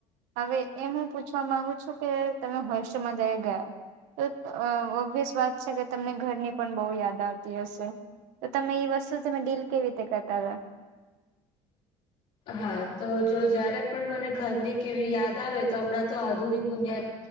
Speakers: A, on the right; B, on the left.
A: હવે એ હું પૂછવા મામાંગુ છું કે તમે હોસ્ટલમાં જઈ ગયા. તો ઓબ્વિયસ વાત છે કે તમને ઘરની પણ બહુ યાદ આવતી હશે. તો તમે એઈ વસ્તુ તમે ડીલ કેવી રીતે કરતા હો?
B: હા તો જો જયારે પણ મને ઘરની કેવી યાદ આવે તો હમણાં તો આધુનિક દુનિયા